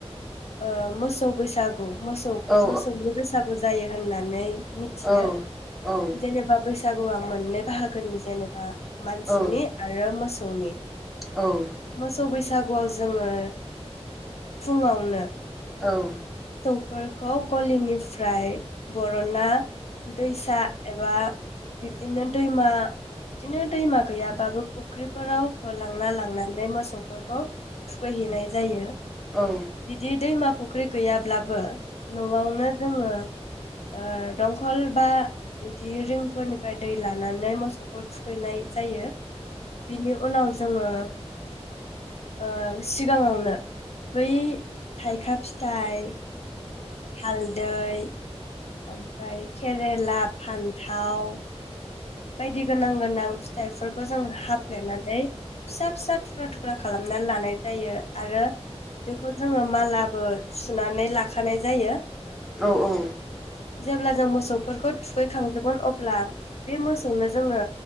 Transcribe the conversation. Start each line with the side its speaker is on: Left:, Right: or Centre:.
Left: ओ मोसौ बैसाग गु मोसौ
Centre: औ
Left: मोसौनि बैसागु जायो होननानै मिथियो
Centre: औ औ उम
Left: जेनेबा बैस बैसागु मोननै बाहागोनि जेनेबा, मानसिनि
Centre: औ उम औ
Left: आरो मोसौ, मोसौनि
Centre: औ औ
Left: मोसौ बैस बैसागुआव जोङो फुङावनो
Centre: औ
Left: फोरखौ गलिनिफ्राय बर'ना, दैसा एबा बिब्दिनो दैमा बिदिनो दैमा गैयाबाबो फुख्रिफोराव लांना लांनानै मोसौ, फोरखौ थुखैहैनाय जायो।
Centre: औ
Left: बिदि दैमा फुख्रि गैयाब्लाबो न'आवनो जोङो ओ दंखल बा बिदि रिंफोरनिफ्राय दै लानानै मोसौखौ। थुखैनाय जायो बिनि उनाव जोङो ओ सिगाङावनो बै थाइखा फिथाइ हालदै। ओमफ्राय केरेला। फान्थाव। बायदि गोनां गोनां फिथाइफोर खौ जों हाफ्लेनानै फिसा फिसा थुख्रा थुख्रा खालामनानै लानाय जायो आरो बेखौ जोङो मालाबो सुनानै लाखानाय जायो।
Centre: औ औ।
Left: जेब्ला जों मोसौफोरखौ थुखैखांजोबगोन अब्ला। बे मोसौनो जोङो